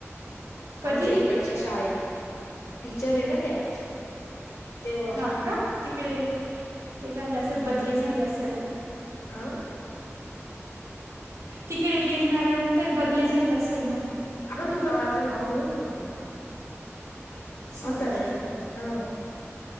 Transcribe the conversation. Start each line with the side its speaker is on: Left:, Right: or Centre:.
Right: कधी?
Left: आमच्या इकड मच्या शाळेत टीचर ये ना त्या. तेव्हा
Right: हा का? तिकडे हे झालं असेल बदली झाली असेल
Left: आ
Right: तिकडे गिरणाऱ्या मध्ये बदली झाले असेल मग.
Left: अगं तू गावाचं नाव घेऊ नको
Right: सॉरी
Left: असां राहायच होती, हा